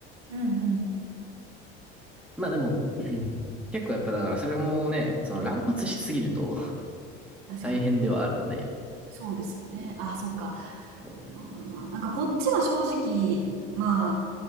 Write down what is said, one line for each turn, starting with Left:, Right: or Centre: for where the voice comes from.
Right: うん。うんうん。
Centre: まあでも、うん結構やっぱだからそれもね、その乱発しすぎると
Right: 確かに。
Centre: 大変ではあるので。
Right: そうですよね。あ、そっか。
Centre: そう
Right: なるほどな。なんかこっちは正直、ま